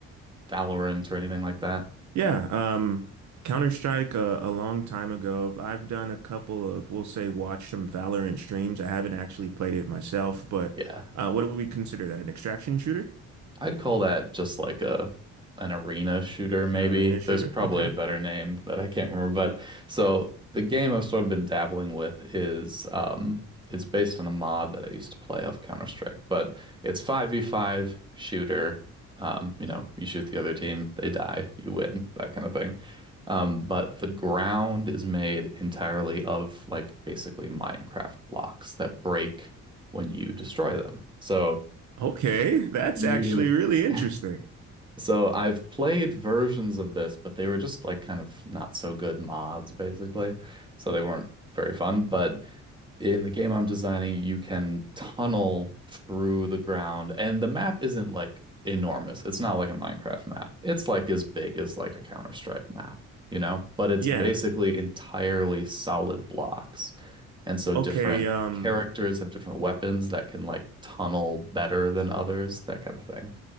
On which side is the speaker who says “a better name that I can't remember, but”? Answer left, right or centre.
Right